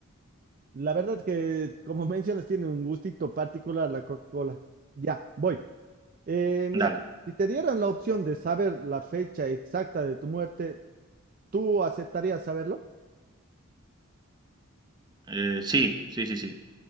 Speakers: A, on the right; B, on the right.
A: La verdad que, como <laughs> mencionas, tiene un gustito particular la Coca-Cola. Ya, voy. Eh, mira,
B: Dale.
A: si te dieran la opción de saber la fecha exacta de tu muerte, ¿tú aceptarías saberlo?
B: Eh, sí, sí, sí, sí,